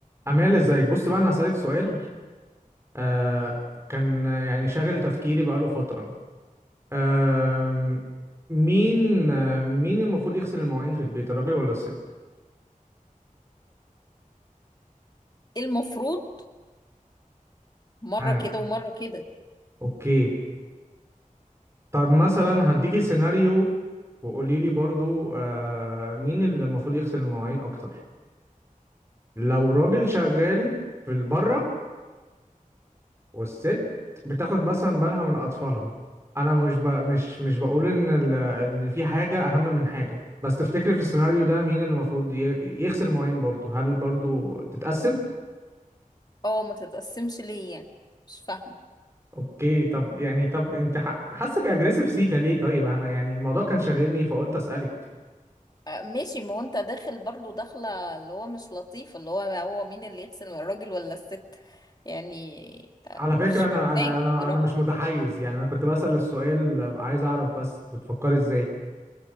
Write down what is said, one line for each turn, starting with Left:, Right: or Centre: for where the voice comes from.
Right: أمال ازيك بص بقى أنا هسألك سؤال آه كان آه، يعني شاغل تفكيري بقاله فترة آه مين آه مين المفروض يغسل المواعين في البيت الراجل ولا الست؟
Left: المفروض مرة
Right: آه
Left: كده ومرة كده
Right: أوكي طب مثلا هديكي سيناريو وقولي لي برضو آه مين اللي المفروض يغسل المواعين أكتر لو راجل شغال في بره والست بتاخد مثلا بالها من اطفالها انا مش ب... مش مش بقول ان ال... ان في حاجه اهم من حاجه بس تفتكري في السيناريو ده مين اللي المفروض ي... يغسل المواعين برضه هل برضه تتقسم
Left: اه ما تتقسمش ليه يعني مش فاهمة
Right: اوكي طب يعني طب انت ح... حاسك اجريسيف سيكا ليه طيب انا يعني الموضوع كان شاغلني فقلت اسالك
Left: آه، ماشي ما هو انت داخل برضو داخلة اللي هو مش لطيف اللي هو هو مين اللي يغسل الراجل ولا الست يعني آه،
Right: على
Left: مش
Right: فكره انا انا
Left: فاهماك
Right: انا
Left: بصراحة
Right: انا مش متحيز يعني انا كنت بسال السؤال عايز اعرف بس بتفكري ازاي